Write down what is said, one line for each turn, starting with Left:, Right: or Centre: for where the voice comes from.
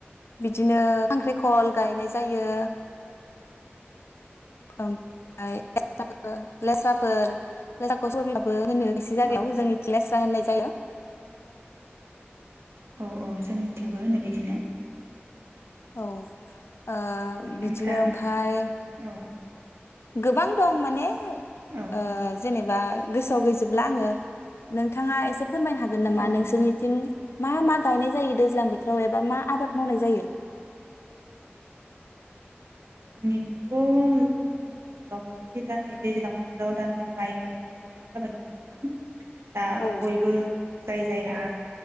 Left: बिदिनो खांख्रिखल गायनाय जायो। ओमफाय फोर लेस्राफोर लेस्राखौ, सबाय बिमाबो होनो एसे जायगायाव
Right: औ औ
Left: जोंनिथिं लेस्रा स्रा होननाय जायो।
Right: औ औ जोंनिथिंबो होनो बिदिनो
Left: औ ओ बिदिनो
Right: ओमफ्रा
Left: ओमफाय
Right: औ
Left: गोबां दं माने
Right: औ
Left: ओ जेने बा गोसोआव गैजोबला आंङो नोंथांङा एसे फोरमायनो हागोन नामा
Right: औ
Left: नोंसोरनिथिं मा मा गायनाय जायो दैज्लां बोथोराव एबा मा आबाद मावनाय जायो।
Right: अ जोंनिथिंथ' जोंनि ओनसोलावहाय दा नै दैज्लां बोथोराव दा नै माइ गायनायनि बोथोर जाबाय नालाय नोंथां। दा
Left: औ
Right: बयबो जाय जायहा